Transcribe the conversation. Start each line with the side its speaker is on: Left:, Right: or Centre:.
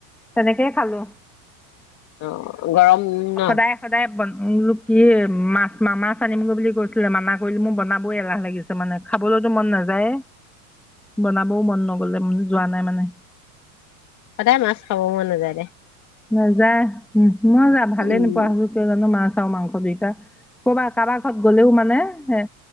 Centre: তেনেকেই খালোঁ।
Left: অহ, গৰম ন'।
Centre: সদায় সদায় বনালোঁ, কি মাছ-মাছ আনিম গৈ বুলি কৈছিলে। মানা কৰিলোঁ মোৰ বনাব এলাহ লাগিছিল। মানে খাবলৈওতো মন নাযায়ে, বনাবও মন নগ'লে, যোৱা নাই মানে।
Left: সদায় মাছ খাব মন নাযায় দে।
Centre: নাযায়, মই যা ভালে
Left: উম,
Centre: নোপোৱা হৈছো, কিয় জানোঁ মাছ আৰু মাংস দুইটা। ক'বাত, কাৰোবাক ঘৰত গ'লেও মানে হে